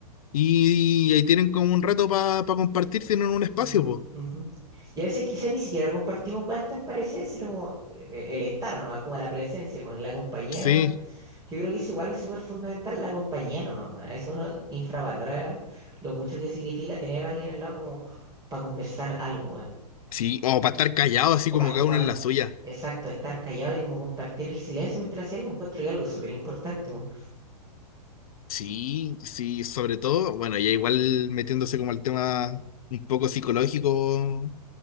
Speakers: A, on the left (about 60°); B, on the right (about 15°).
A: Y, ahí tienen como un rato para compartir, tienen un espacio,
B: Ujú,
A: pues.
B: ujú. Y a veces quizá ni siquiera compartimos cosas tan parecidas, sino como eh, eh, el estar nomás, como la presencia, como la compañía.
A: Sí.
B: Yo creo que eso igual es súper fundamental la compañía nomás, weón. A veces uno infravalora lo mucho que significa tener a alguien al lado como para conversar algo, weón.
A: Sí, o para estar callado, así
B: O
A: como
B: para,
A: cada uno en la suya.
B: exacto, estar callado y como compartir el silencio mientras hacía algo, encuentro que algo es súper importante, weón.
A: Sí, sí, sobre todo, bueno, ya igual metiéndose como al tema un poco psicológico,